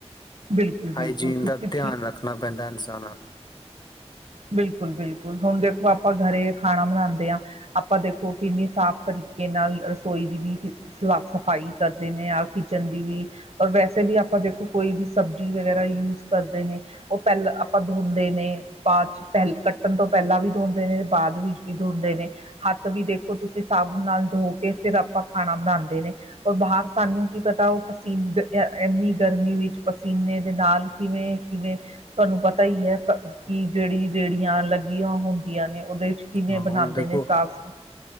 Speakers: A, on the right; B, on the left.
A: ਬਿਲਕੁਲ-ਬਿਲਕੁਲ
B: ਹਾਈਜੀਨ
A: ਤੁਸੀਂ
B: ਦਾ ਧੇਆਨ
A: ਠੀਕ
B: ਰੱਖਣਾ ਪੈਂਦਾ ਇਨਸਾਨਾਂ
A: ਬਿਲਕੁਲ-ਬਿਲਕੁਲ, ਹੁਣ ਦੇਖੋ ਆਪਾਂ ਘਰੇ ਖਾਣਾ ਬਣਾਂਦੇ ਆਂ ਆਪਾਂ ਦੇਖੋ ਕਿੰਨੀ ਸਾਫ਼ ਤਰੀਕੇ ਨਾਲ ਰਸੋਈ ਦੀ ਵੀ ਸਾਫ-ਸਫਾਈ, ਕਰਦੇ ਨੇ ਆ ਕਿਚਨ ਦੀ ਵੀ ਔਰ ਵੈਸੇ ਬੀ ਆਪਾਂ ਦੇਖੋ ਕੋਈ ਬੀ, ਸਬਜ਼ੀ ਵਗੈਰਾ ਯੂਜ ਕਰਦੇ ਨੇ ਓ ਪੈਲਾਂ ਆਪਾਂ ਧੋਂਦੇ ਨੇ ਬਾਚ, ਪੈਹਲ ਕੱਟਨ ਤੋਂ ਪੈਂਲਾਂ ਵੀ ਧੋਂਦੇ ਨੇ ਬਾਦ ਵਿੱਚ ਵੀ ਧੋਂਦੇ ਨੇ ਹੱਥ ਵੀ ਦੇਖੋ ਤੁਸੀਂ ਏ ਸਾਬ ਨਾਲ ਧੋ ਕੇ ਫੇਰ ਆਪਾਂ ਖਾਣਾ ਬਣਾਂਦੇ ਨੇ। ਓਰ ਬਾਹਰ ਸਾਨੂੰ ਕੀ ਪਤਾ ਓ ਪਸੀਨ ਅ, ਏਨੀ ਗਰਮੀ ਵਿੱਚ ਪਸੀਨੇ ਦੇ ਨਾਲ ਕਿਵੇਂ-ਕਿਵੇਂ, ਤੁਆਨੂੰ ਪਤਾ ਈ ਐ ਕਿ ਜੇੜੀ ਰੇੜੀਆਂ ਲੱਗੀਆਂ ਹੁੰਦੀਆਂ ਨੇ, ਓਦੇ ਚ ਕਿਵੇਂ
B: ਹਾਂ
A: ਬਨਾਂਦੇ
B: ਹੁਣ ਦੇਖੋ
A: ਨੇ ਸਾਫ਼ ਸ